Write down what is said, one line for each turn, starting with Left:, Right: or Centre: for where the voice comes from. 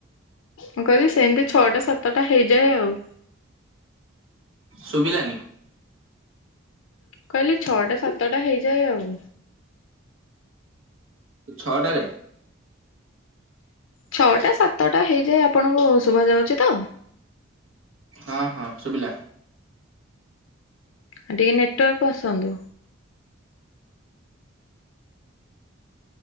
Left: ମୁ କହିଲି ସେମିତି ଛଅଟା ସାତଟା ହେଇଯାଏ ଆଉ।
Right: ଶୁଭିଲାନି।
Left: ମୁ କହିଲି ଛଅଟା ସାତଟା ହେଇଯାଏ ଆଉ।
Right: ଛଅଟାରେ?
Left: ଛଅଟା ସାତଟା ହେଇଯାଏ ଆପଣଙ୍କୁ ଶୁଭାଯାଉଚି ତ?
Right: ହଁ ହଁ ସୁଭିଲା।
Left: ଆ ଟିକେ ନେଟୱାର୍କକୁ ଆସନ୍ତୁ।